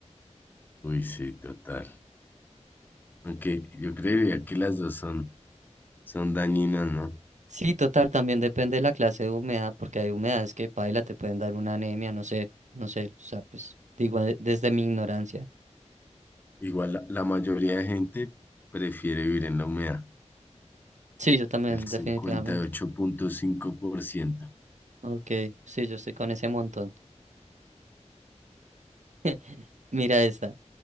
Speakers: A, on the left; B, on the right.
A: Uy, sí, total. Aunque yo creería que las dos son, son dañinas, ¿no?
B: Sí, total, también depende de la clase de humedad, porque hay humedades que, paila, te pueden dar una anemia, no sé, no sé, o sea, pues digo eh, desde mi ignorancia.
A: Igual la, la mayoría de gente prefiere vivir en la humedad,
B: Sí, yo también,
A: el cincuenta
B: definitivamente.
A: y ocho punto cinco por ciento.
B: Ok, sí, yo estoy con ese montón. <laughs> Mira esta.